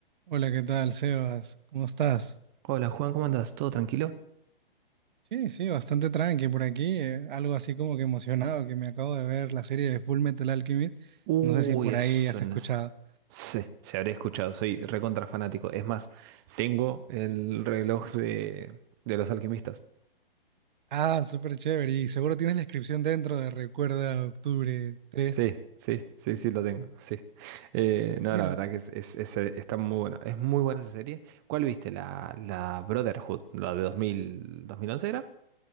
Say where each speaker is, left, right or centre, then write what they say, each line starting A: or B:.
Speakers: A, on the right; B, on the right.
A: Hola, ¿qué tal, Sebas? ¿Cómo estás?
B: Hola Juan, ¿cómo andas? ¿Todo tranquilo?
A: Sí, sí, bastante tranqui por aquí. eh, algo así como que emocionado, que me acabo de ver la serie de Full Metal Alchemist.
B: Uy,
A: No sé si por
B: eso
A: ahí has
B: no
A: escuchado.
B: es- Se, se habré escuchado, soy recontra fanático. Es más, tengo el reloj de, de los alquimistas.
A: Ah, súper chévere. Y seguro tienes la inscripción dentro de Recuerda Octubre 3.
B: Sí, sí, sí, sí, lo tengo, sí. Eh, no,
A: Mira,
B: la verdad que es, es- es- está muy bueno. Es muy buena esa serie. ¿Cuál viste? La, la Brotherhood, la de dos dos mil dos mil once era.